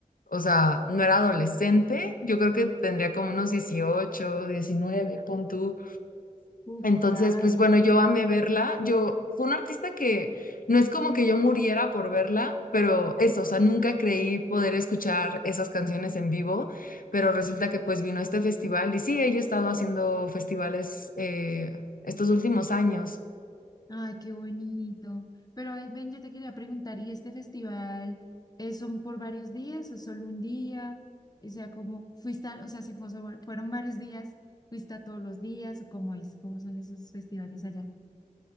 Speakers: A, on the left; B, on the left.
A: o sea, no era adolescente, yo creo que tendría como unos 18, 19, pon tú.
B: Uf,
A: Entonces,
B: claro.
A: pues bueno, yo amé verla, yo fue un artista que no es como que yo muriera por verla, pero eso, o sea, nunca creí poder escuchar esas canciones en vivo, pero resulta que pues vino este festival y sí, ella ha estado haciendo festivales eh, estos últimos años.
B: Ay, qué bonito. Pero ay, ven, yo te quería preguntar, ¿y este festival es son por varios días o solo un día? O sea, ¿cómo fuiste al- o sea, si fue sobre- fueron varios días, fuiste a todos los días o cómo es? ¿Cómo son esos festivales allá?